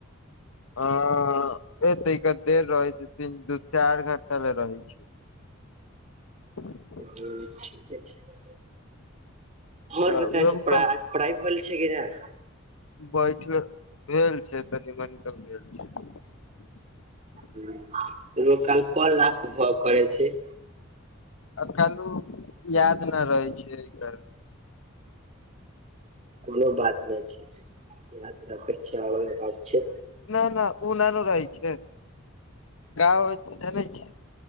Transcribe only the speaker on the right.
हूँ ठीके छै। आओर
बताब
छी
पढा-पढ़ाइ भेल छै कि नहि
हूँ लोको काल कल राख भ कर छै।
कोनो बात नहि छै याद राखै छै अगे बात छै